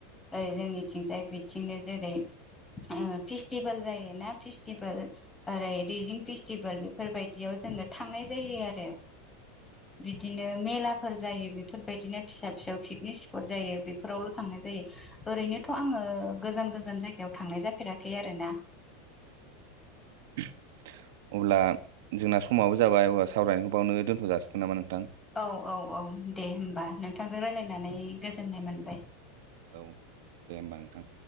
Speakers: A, on the left (about 15°); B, on the right (about 70°).
A: जै जोंनिथिंजाय बिथिंनो जेरै ओ फेस्टिभेल जायोना फेस्टिभेल ओरै दैजिं फेस्टिभेल बेफोरबायदियाव जोङो थांनाय जायो आरो। बिदिनो मेलाफोर जायो बेफोरबायदिनो फिसा फिसौ पिकनिक स्पट जायो बेफोरावल' थाङो। जायो। ओरैनोथ' आङो गोजान गोजान जायगायाव थांनाय जाफेराखै आरोना।
B: <inaudible> अब्ला जोंना समाबो जाबाय अब्ला सावरायनायखौ बावनो दोन्थ' जाासिगोन नामा नोंथां?
A: औ औ औ दे होनबा नोंथांजों रायज्लायनानै गोजोननाय मोनबाय।
B: औ दे होमबा नोंथां।